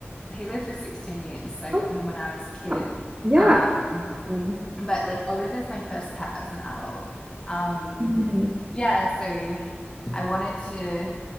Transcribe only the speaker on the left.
he lived for 16 years, so I
got him when I was a kid.
Um,
but like Oliver's my first pet as an adult. Um,
yeah, so I wanted to I